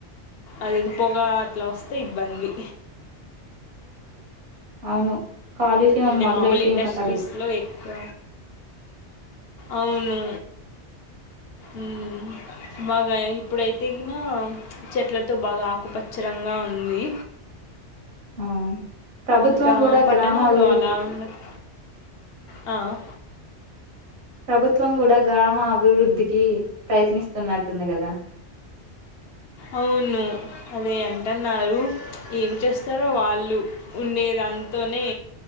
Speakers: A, on the left; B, on the right.
A: అదిది పొగా అట్లా వస్తే ఇబ్బంది
B: అవును కాలుష్యం
A: అంటే
B: మొదలైతే
A: మామూలు ఇండస్ట్రీస్
B: ఇంక తరదు.
A: లో ఎక్కువ అవును ఊ బాగా ఇప్పుడైతే గిన చెట్లతో బాగా ఆకుపచ్చరంగా ఉంది
B: ఆ ప్రభుత్వం
A: ఇంకా
B: గూడా
A: పట్టణాల్లో
B: గ్రామాభివృద్ధికి
A: అలా ఉండదు ఆ
B: ప్రభుత్వం కూడా గ్రామ అభివృద్ధికి ప్రయత్నిస్తున్నట్టుంది గదా
A: అవును అదే అంటన్నారు ఏం చేస్తరో వాళ్ళు ఉండేదాంతోనే